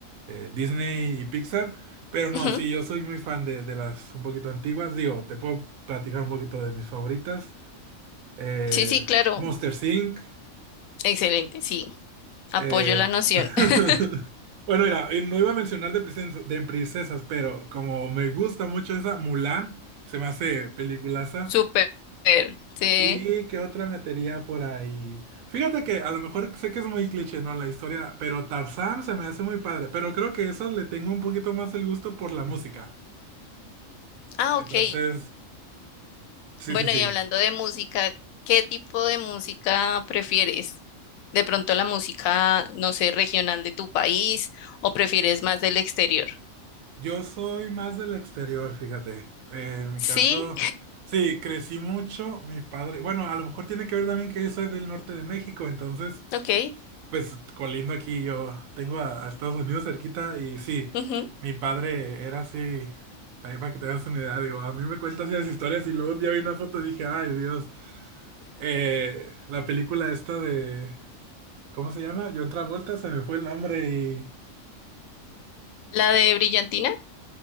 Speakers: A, on the right (about 80°); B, on the left (about 80°).
A: eh, Disney y Pixar. Pero no,
B: Ujú.
A: sí, yo soy muy fan de, de las un poquito antiguas. Digo, te puedo platicar un poquito de mis favoritas. Eh,
B: Sí, sí, claro.
A: Monsters Inc.
B: Excelente, sí.
A: eh,
B: Apoyo la noción.
A: <laughs>
B: <laughs>
A: Bueno, mira, y no iba a mencionar de princesas, de princesas, pero como me gusta mucho esa, Mulan, se me hace peliculaza.
B: Súper. Sí.
A: ¿Y qué otra metería por ahí? Fíjate que a lo mejor sé que es muy cliché, ¿no? La historia, pero Tarzán se me hace muy padre, pero creo que esas le tengo un poquito más el gusto por la música.
B: Ah,
A: Entonces,
B: ok.
A: sí,
B: Bueno,
A: sí, sí.
B: y hablando de música, ¿qué tipo de música prefieres? ¿De pronto la música, no sé, regional de tu país o prefieres más del exterior?
A: Yo soy más del exterior, fíjate. Eh, en mi
B: Sí,
A: caso, sí, crecí mucho, mi padre. Bueno, a lo mejor tiene que ver también que yo soy del norte de México, entonces
B: ok.
A: Pues colindo aquí yo tengo a, a Estados Unidos cerquita y sí,
B: ujú.
A: mi padre era así, ahí para que te hagas una idea, digo, a mí me cuentas esas historias y luego un día vi una foto y dije, ay Dios, eh, la película esta de, ¿cómo se llama? John Travolta, se me fue el nombre y...
B: La de Brillantina,